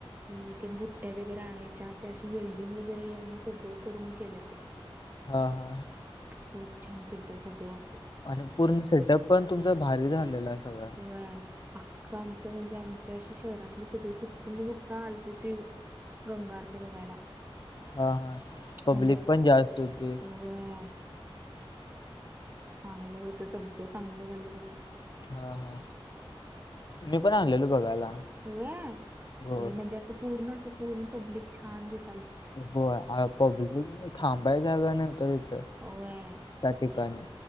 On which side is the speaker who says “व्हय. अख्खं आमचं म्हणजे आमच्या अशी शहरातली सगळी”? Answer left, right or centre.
Right